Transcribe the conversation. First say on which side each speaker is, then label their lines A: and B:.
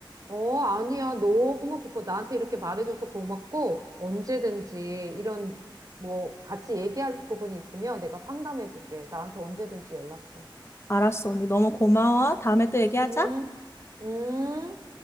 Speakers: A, on the right (about 45°); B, on the left (about 30°).
A: 어, 아니야. 너무 기뻐. 나한테 이렇게 말해줘서 고맙고, 언제든지 이런, 뭐, 같이 얘기할 부분이 있으면 내가 상담해줄게. 나한테 언제든지 연락해.
B: 알았어, 언니. 너무 고마워. 다음에 또 얘기하자.
A: 음, 음.